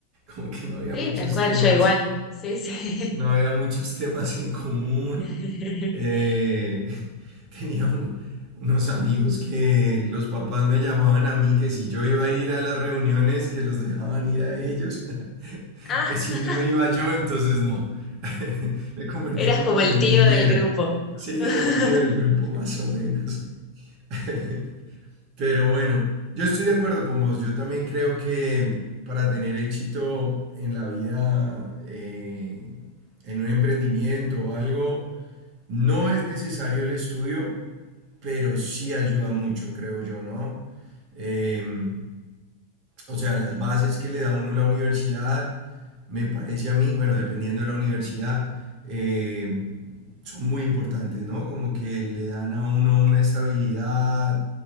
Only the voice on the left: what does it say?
Sí,
tal cual,
yo igual. Sí, sí.
<laughs>
Ah,
<laughs>
eras
como el
tío
del grupo.
<laughs>